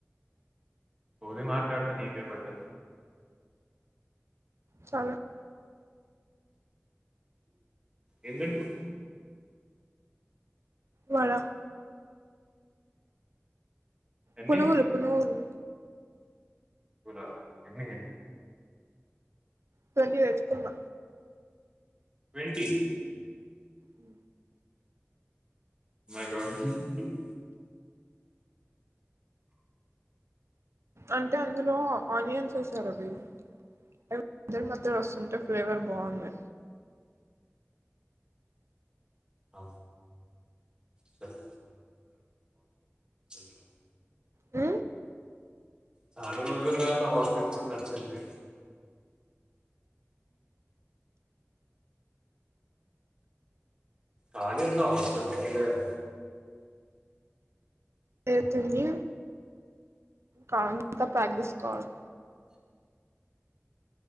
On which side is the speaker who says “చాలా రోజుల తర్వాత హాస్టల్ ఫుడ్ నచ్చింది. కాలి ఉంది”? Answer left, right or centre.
Right